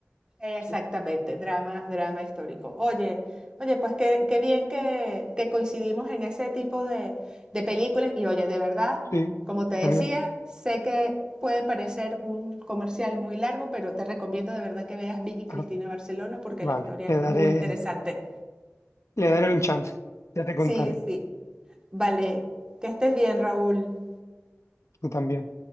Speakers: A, on the right; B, on the left.
A: Exactamente,
B: Sí,
A: drama, drama histórico. Oye, oye, pues qué, qué bien que, que coincidimos en ese tipo de, de películas. Y oye, de verdad,
B: sí,
A: como te decía,
B: Daniel.
A: sé que puede parecer un comercial muy largo, pero te recomiendo de verdad que veas Vicky Cristina
B: Ah,
A: Barcelona porque
B: vale,
A: la historia es
B: le daré,
A: muy interesante.
B: le daré un chance, ya te contaré,
A: Sí, sí. Vale, que estés bien, Raúl.
B: tú también.